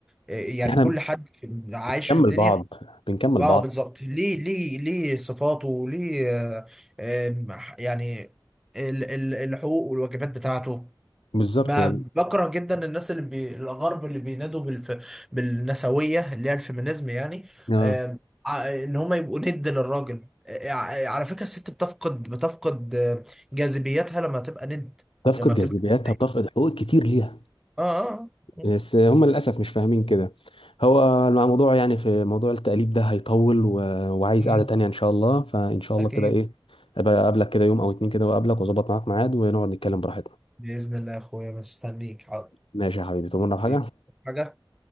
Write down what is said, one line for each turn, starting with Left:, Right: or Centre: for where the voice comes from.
Centre: آه، يعني
Left: احنا
Centre: كل حد في- عايش
Left: بنكمل
Centre: في الدنيا
Left: بعض بنكمل
Centre: اه
Left: بعض
Centre: بالظبط ليه ليه ليه صفاته وليه آه، آه، يعني ال- ال- الحقوق والواجبات بتاعته
Left: بالظبط
Centre: ما
Left: يعني
Centre: بكره جدا الناس اللي بي... الغرب اللي بينادوا بالف... بالنسويه اللي هي الفيمينيزم يعني
Left: آه.
Centre: آم، ع- ان هم يبقوا ند للراجل آه، ع- على فكره الست بتفقد بتفقد آه، جاذبيتها لما تبقى ند
Left: تفقد
Centre: لما بتبقى
Left: جاذبيتها
Centre: ندية
Left: بتفقد حقوق كتير ليها
Centre: اه اه آه.
Left: بس هم للاسف مش فاهمين كده هو الموضوع يعني في موضوع التقليب ده هيطول و... وعايز
Centre: مم.
Left: قعده تانية ان شاء الله فان شاء الله
Centre: اكيد
Left: كده ايه ابقى اقابلك كده يوم او اتنين كده واقابلك واظبط معاك ميعاد ونقعد نتكلم براحتنا
Centre: باذن الله يا اخويا مستنيك حاضر
Left: ماشي يا حبيبي تؤمرنا بحاجة
Centre: حبيبي حاجه